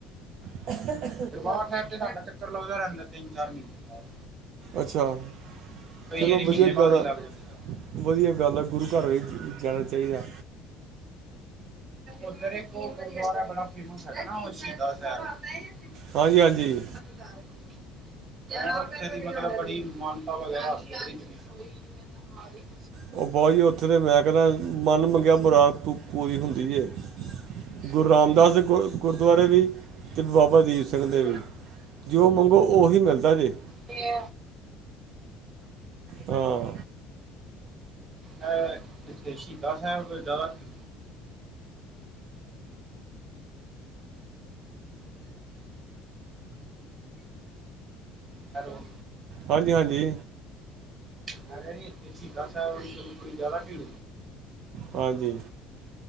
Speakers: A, on the right; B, on the right.
A: <inaudible>
B: ਦਰਬਾਰ ਸਾਹਿਬ ਤੇ ਸਾਡਾ ਚੱਕਰ ਲੱਗਦਾ ਰਹਿੰਦਾ, ਤਿੰਨ ਚਾਰ ਮਹੀਨੇ। ਬਾਅਦ
A: ਅੱਛਾ,
B: ਕਈ
A: ਚਲੋ
B: ਵਾਰੀ
A: ਵਧੀਆ
B: ਮਹੀਨੇ
A: ਗੱਲ
B: ਬਾਅਦ ਹੀ
A: ਆ।
B: ਲੱਗ ਜਾਂਦਾ
A: ਵਧੀਆ ਗੱਲ ਆ, ਗੁਰੂ ਘਰ ਵਿੱਚ ਜਾਣਾ ਚਾਹੀਦੈ।
B: ਓਧਰ ਏਕ ਓਹ ਗੁਰੂਦਵਾਰਾ ਬੜਾ ਫੇਮਸ ਹੈਗਾ ਨਾਂ, ਓਹ ਸ਼ਹੀਦ ਸਾਹਿਬ।
A: ਹਾਂਜੀ-ਹਾਂਜੀ।
B: <inaudible> <inaudible> ਉਥੇ ਦੀ ਮਤਲਬ ਬੜੀ ਮਾਨਤਾ ਵਗੈਰਾ <unintelligible>
A: ਉਹ ਬਹੁਤ ਜੀ ਉੱਥੇ ਤੇ ਮੈਂ ਕਹਿੰਦਾ ਮਨ ਮੰਗਿਆ ਮੁਰਾਦ ਤੂੰ ਪੂਰੀ ਹੁੰਦੀ ਏ। ਗੁਰੂ ਰਾਮਦਾਸ ਦੇ ਗੁਰ ਗੁਰਦੁਆਰੇ ਵੀ ਤੇ ਬਾਬਾ ਦੀਪ ਸਿੰਘ
B: ਹਾਂਜੀ
A: ਦੇ ਵੀ। ਜੋ ਮੰਗੋ ਉਹੀ ਮਿਲਦਾ ਜੇ।
B: ਤੇ <inaudible> <unintelligible> ਏ,
A: ਹਾਂ
B: ਏ, ਜਿਥੇ ਸ਼ਹੀਦਾਂ ਸਾਹਿਬ ਗੁਰੂਦਵਾਰਾ ਸੀ। ਹੈਲੋ। ਹੈਲੋ।
A: ਹਾਂਜੀ ਹਾਂਜੀ
B: ਮੈਂ ਕਿਹਾ ਸੀ। ਜਿੱਥੇ ਸ਼ਹੀਦਾ ਸਾ਼ਹਿਬ ਗੁਰਦੁਆਰਾ ਸੀ?
A: ਹਾਂਜੀ